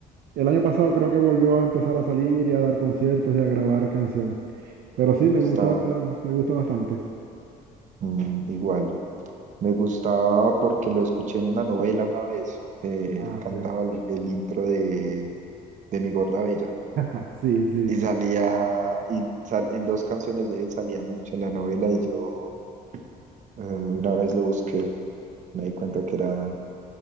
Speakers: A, on the right (about 65°); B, on the right (about 45°).
A: el año pasado creo que volvió a empezar a salir y a dar conciertos y a grabar canciones. Pero sí,
B: Me gustaba,
A: me gusta, me gusta bastante.
B: mm, igual. Me gustaba porque lo escuché en una novela una vez. Eh,
A: Ah,
B: él cantaba
A: sí.
B: el, el intro de, de Mi Gorda Bella.
A: <laughs> Sí, sí,
B: Y
A: sí.
B: salía, y sal- en dos canciones de él salía mucho en la novela y yo eh, una vez lo busqué, me di cuenta que era,